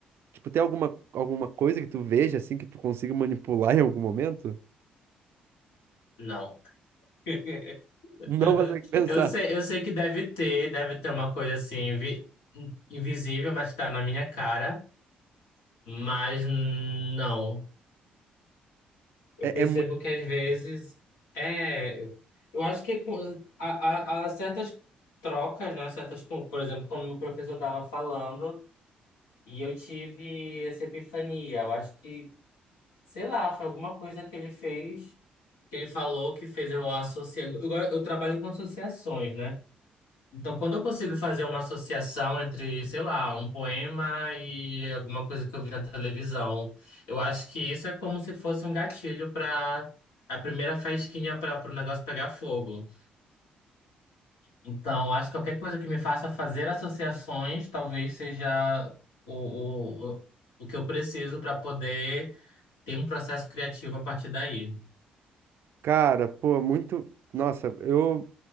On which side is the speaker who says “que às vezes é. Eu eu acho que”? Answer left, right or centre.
Left